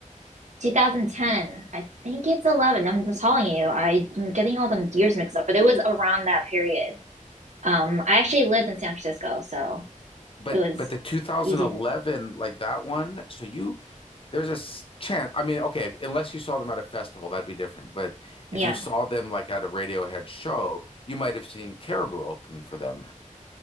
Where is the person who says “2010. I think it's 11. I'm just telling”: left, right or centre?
Right